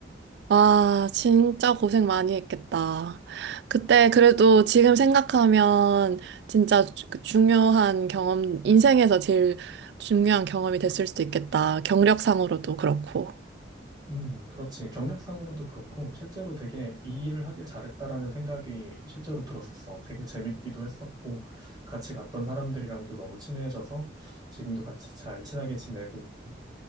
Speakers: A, on the right; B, on the right.
A: 와, 진짜 고생 많이 했겠다. 그때 그래도 지금 생각하면 진짜 주- 그 중요한 경험, 인생에서 제일 중요한 경험이 됐을 수도 있겠다. 경력상으로도 그렇고.
B: 음, 그렇지. 경력상으로도 그렇고, 실제로 되게 이 일을 하길 잘했다라는 생각이 실제로 들었었어. 되게 재밌기도 했었고, 같이 갔던 사람들이랑도 너무 친해져서 지금도 같이 잘 친하게 지내고 있고.